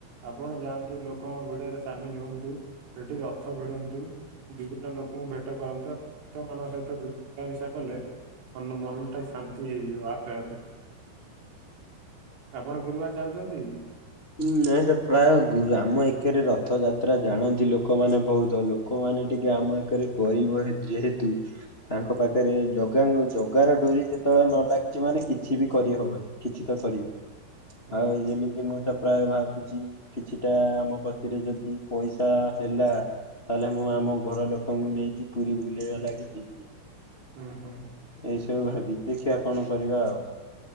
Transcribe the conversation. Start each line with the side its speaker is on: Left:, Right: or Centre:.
Right: ଆପଣ ଯାଆନ୍ତୁ ଲୋକଙ୍କ ଭିଡରେ ସାମିଲ୍ ହୁଅନ୍ତୁ ସେଠି ରଥ ଭିଡନ୍ତୁ। ବିଭିନ୍ନ ଲୋକଙ୍କୁ ଭେଟ କରନ୍ତୁ। ଆ ଭକ୍ତମାନଙ୍କ ସହିତ ମିଳାମିଶା କଲେ। ଅନ୍ୟ ମନଟା ଶା ନ୍ତି ହେଇଯିବ ଆପେ ଆପେ। ଆପଣ ଗୁରୁବାରେ ଯାଉଚନ୍ତି?
Left: ଉଁ ନାଇଁତ ପ୍ରାୟ ଗୁ ଆମ ଏକେରେ ରଥଯାତ୍ରା ଜାଣନ୍ତି ଲୋକମାନେ ବହୁତ ଲୋ କମାନେ ଟିକେ ଆମ ଏକରେ ଗରିବ ଯେହେତୁ ତାଙ୍କ ପାଖରେ ଜଗାଙ୍କ ଜଗାର ଡୋରି ଯେତେବେଳେ ନ ଲାଗିଚି ମାନେ କିଛି ବି କରିହବନି କିଛି ତ କରି
Right: ହୁଁ
Left: ଆଉ
Right: ହୁଁ
Left: ଯେମିତି ମୁଁ ତ ପ୍ରାୟ ଭାବୁଚି କିଛିଟା-ଆ-ଆ ଆମ କତିରେ ଯଦି ପଇସା ହେଲା ତାହେଲେ ମୁଁ
Right: ହୁଁ
Left: ଆମ ଘର ଲୋକ କଙ୍କୁ ନେଇକି ପୁରୀ ବୁଲେଇବା ଲାଗି ଯିବି।
Right: ହୁଁ ହୁଁ।
Left: ଏଇସବୁ ଭାବିଚି। ଦେଖିଆ କଣ କରିବା ଆଉ।